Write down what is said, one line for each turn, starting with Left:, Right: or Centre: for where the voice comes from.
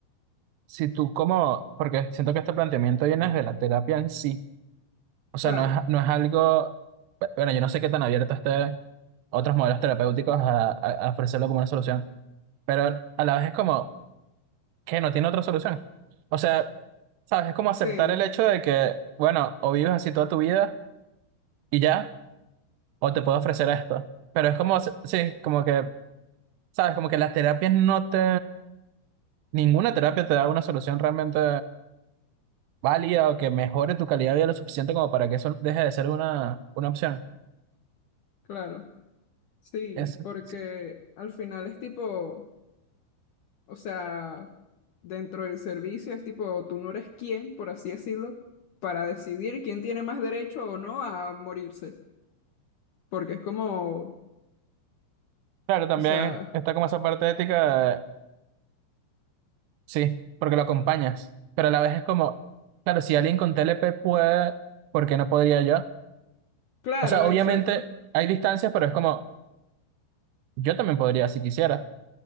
Right: si tú como, porque siento que este planteamiento viene de la terapia en sí O sea,
Left: claro,
Right: no es, no es algo, bueno, yo no sé qué tan abierto esté otros modelos terapéuticos a, a- a ofrecerlo como una solución, pero a la vez es como que no tiene otra solución. O sea, ¿sabes? Es como
Left: sí,
Right: aceptar el hecho de que, bueno, o vives así toda tu vida y ya, o te puedo ofrecer esto. Pero es como, sí, como que, ¿sabes? Como que las terapias no te, ninguna terapia te da una solución realmente válida o que mejore tu calidad de vida lo suficiente como para que eso deje de ser una, una opción.
Left: claro, sí,
Right: Es,
Left: porque
Right: sí,
Left: al final es tipo... O sea, dentro del servicio es tipo, tú no eres quién, por así decirlo, para decidir quién tiene más derecho o no a morirse. Porque es como,
Right: Claro, también
Left: o sea,
Right: está como esa parte ética, de- sí, porque lo acompañas, pero a la vez es como, claro, si alguien con TLP puede, ¿por qué no podría yo?
Left: claro,
Right: O sea, obviamente
Left: exacto,
Right: hay distancias, pero es como, yo también podría si quisiera.